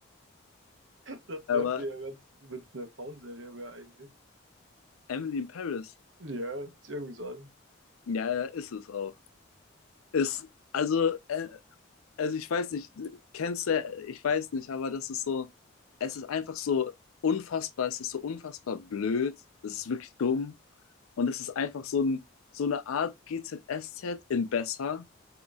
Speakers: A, on the left; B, on the right.
A: <laughs>
B: Das
A: Aber
B: wären wir ja, wenn es eine Frauenserie wäre eigentlich.
A: Emily in Paris,
B: Ja, ist irgendwie so an.
A: ja, ja, ist es auch. Ist also äh, also ich weiß nicht, kennst du, ich weiß nicht, aber das ist so, es ist einfach so unfassbar, es ist so unfassbar blöd, es ist wirklich dumm und es ist einfach so, ein, so eine Art GZSZ in besser.